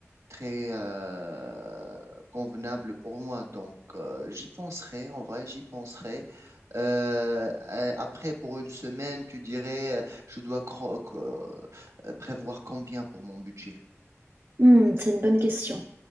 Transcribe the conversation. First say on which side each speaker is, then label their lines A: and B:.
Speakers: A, on the right (about 75°); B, on the right (about 50°).
A: très euh, convenable pour moi. Donc euh, j'y penserai, en vrai, j'y penserai. Euh, euh, après, pour une semaine, tu dirais, euh, je dois cro- co- euh, prévoir combien pour mon budget?
B: Hmm, c'est une bonne question.